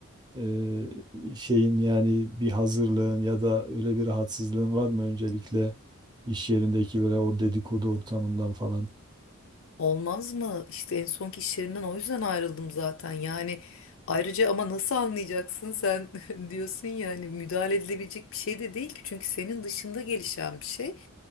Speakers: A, on the right; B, on the left.
A: ee, şeyin yani bir hazırlığın ya da öyle bir rahatsızlığın var mı öncelikle iş yerindeki böyle o dedikodu ortamından falan?
B: Olmaz mı? İşte en sonki iş yerimden o yüzden ayrıldım zaten. Yani ayrıca ama nasıl anlayacaksın sen <laughs> diyorsun ya hani müdahale edilebilecek bir şey de değil ki. Çünkü senin dışında gelişen bir şey.